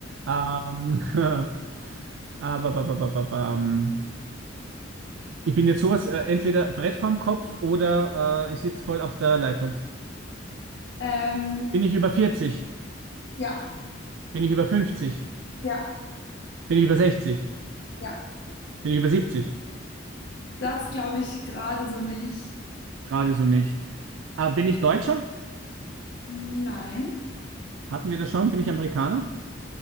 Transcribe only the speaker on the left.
Ähm,
ja,
ja,
ja.
Das glaube ich gerade so nicht.
Nein.